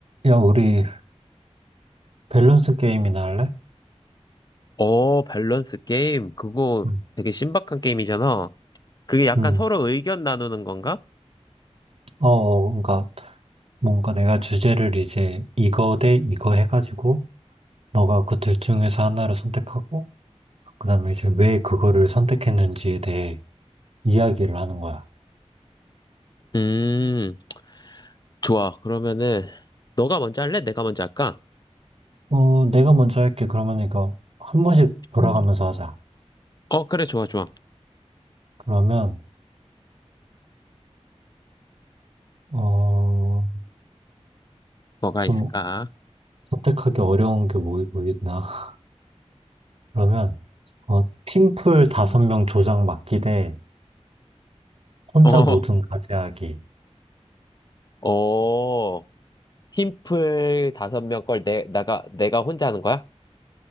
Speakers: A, on the right (about 60°); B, on the left (about 35°).
A: 야, 우리 밸런스 게임이나 할래?
B: 어, 밸런스 게임. 그거
A: 응.
B: 되게 신박한 게임이잖아. 그게 약간
A: 응.
B: 서로 의견 나누는 건가?
A: 어, 어, 그러니까 뭔가 내가 주제를 이제 이거 대 이거 해가지고 너가 그 둘 중에서 하나를 선택하고 그다음에 이제 왜 그거를 선택했는지에 대해 이야기를 하는 거야.
B: 음, 좋아. 그러면은, 너가 먼저 할래? 내가 먼저 할까?
A: 어, 내가 먼저 할게. 그러면 이거 한 번씩 돌아가면서
B: 음.
A: 하자.
B: 어, 그래, 좋아, 좋아.
A: 그러면 어,
B: 뭐가
A: 좀
B: 있을까?
A: 선택하기 어려운 게 뭐, 뭐 있나? <laughs> 그러면 어, 팀플 다섯
B: <laughs>
A: 명 조장 맡기 대 혼자
B: 어,
A: 모든 과제하기.
B: 어, 팀플 다섯 명 걸 내, 나가, 내가 혼자 하는 거야?